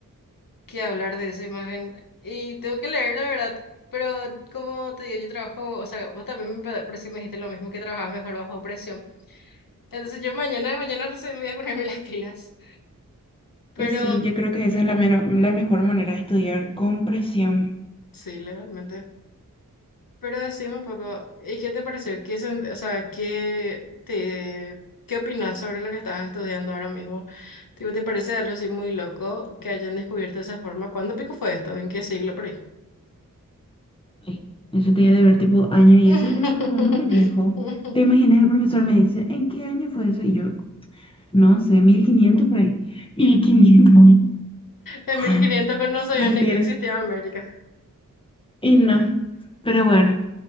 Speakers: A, on the left; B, on the left.
A: que hablar de esa imagen. Y tengo que leer, la verdad. Pero como te digo, yo trabajo, o sea, vos también me, pa- pero sí me dijiste lo mismo, que trabajabas mejor bajo presión. Entonces yo mañana, mañana recién voy a ponerme <laughs> las pilas. Pero
B: Y sí, yo creo que esa es la, meno- la mejor manera de estudiar con presión.
A: sí, legalmente. Pero decime un poco, ¿y qué te pareció? ¿Qué, sen- o sea, qué te, qué opinas sobre lo que estás estudiando ahora mismo? Tipo, ¿te parece algo así muy loco que hayan descubierto esa forma? ¿Cuándo pico fue esto? ¿En qué siglo por ahí?
B: Ay, Eso te iba a deber tipo año y
A: <laughs>
B: eso yo no, no manejo. ¿Te imaginas? El profesor me dice, ¿en qué año fue eso? Y yo, no sé, 1500 por ahí. mil quinientos,
A: En
B: <laughs>
A: 1500 con no sabía
B: Mentira.
A: ni que existía América.
B: Y no. Pero bueno,